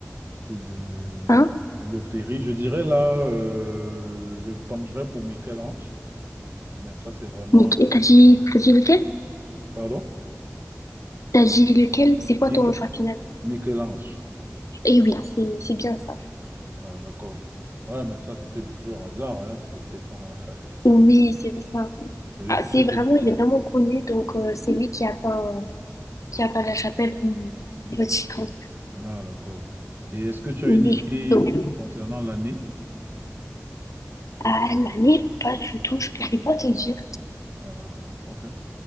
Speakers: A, on the right; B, on the left.
A: coup de,
B: Hein?
A: de loterie, je dirais là, euh, je pencherais pour Michel-Ange, mais ça c'est vraiment...
B: Nick. Et t'as dit, t'as dit lequel?
A: Pardon?
B: T'as dit lequel? C'est quoi
A: Mich-
B: ton choix final?
A: Michel-Ange.
B: et oui, c'est c'est bien ça.
A: Ah, d'accord. Ouais, mais ça c'était du pur hasard, hein, C'était pas... <laughs>
B: Oui, c'est ça.
A: C'est juste
B: Ah, c'est
A: que c'est
B: vraiment,
A: le...
B: il est vraiment connu. Donc, euh, c'est lui qui a peint, qui a peint la chapelle du du Vatican.
A: Ah, d'accord. Et est-ce que tu as
B: Oui.
A: une idée
B: Donc,
A: concernant l'année?
B: à l'année, pas du tout, je pourrais pas te dire.
A: Ah, d'accord, ok.